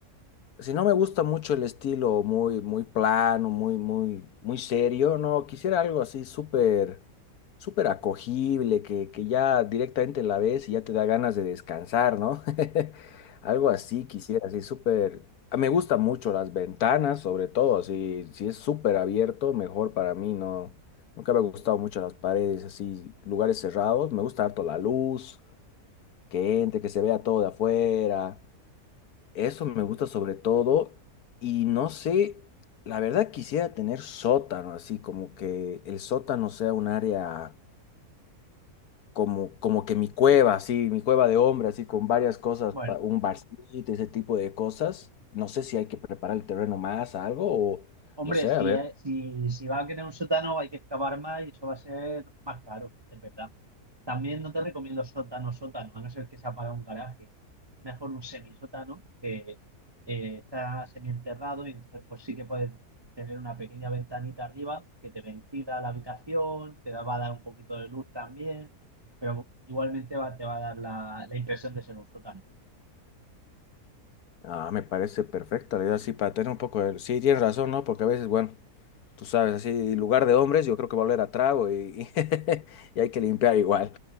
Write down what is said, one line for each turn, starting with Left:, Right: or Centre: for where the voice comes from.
Left: Si no me gusta mucho el estilo muy, muy plano, muy, muy, muy serio, no, quisiera algo así súper, súper acogible, que, que ya directamente la ves y ya te da ganas de descansar, ¿no? <laughs> Algo así quisiera, así súper... Ah, Me gusta mucho las ventanas, sobre todo, si, si es súper abierto, mejor para mí, ¿no? Nunca me ha gustado mucho las paredes, así, lugares cerrados, me gusta harto la luz, que entre, que se vea todo de afuera. Eso me gusta sobre todo y no sé, la verdad quisiera tener sótano, así como que el sótano sea un área como, como que mi cueva, así, mi cueva de hombre, así con varias cosas,
Right: bueno
Left: pa- un barcito, ese tipo de cosas. No sé si hay que preparar el terreno más, algo o
Right: Hombre,
Left: no sé,
Right: si,
Left: a ver.
Right: eh, si, si va a querer un sótano hay que excavar más y eso va a ser más caro, es verdad. También no te recomiendo sótano, sótano, a no ser que sea para un garaje. Mejor un semisótano que eh, está semienterrado y entonces pues sí que puedes tener una pequeña ventanita arriba que te ventila la habitación, te da, va a dar un poquito de luz también, pero igualmente va, te va a dar la, la impresión de ser un sótano.
Left: Ah, me parece perfecta la idea, sí, para tener un poco de... Sí, tienes razón, ¿no? Porque a veces, bueno. tú sabes, así, lugar de hombres, yo creo que va a oler a trago y, <laughs> y hay que limpiar igual.